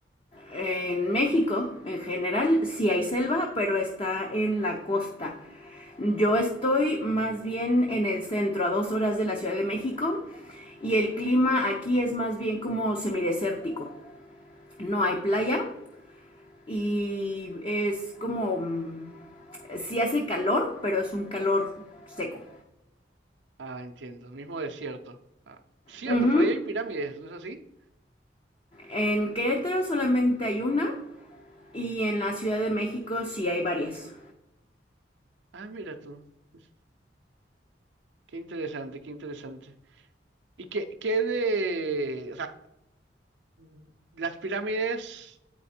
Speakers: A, on the left; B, on the right.
A: En México, en general, sí hay selva, pero está en la costa. Yo estoy más bien en el centro, a dos horas de la Ciudad de México, y el clima aquí es más bien como semidesértico. No hay playa y es como... mm, Sí hace calor, pero es un calor seco.
B: Ah, entiendo. Mismo desierto. Ah, cierto,
A: Ujú.
B: pero ahí hay pirámides, ¿no es así?
A: En Querétaro solamente hay una y en la Ciudad de México sí hay varias.
B: Ah, mira tú. Pues, Qué interesante, qué interesante. ¿Y qué, qué de... O sea, mm, las pirámides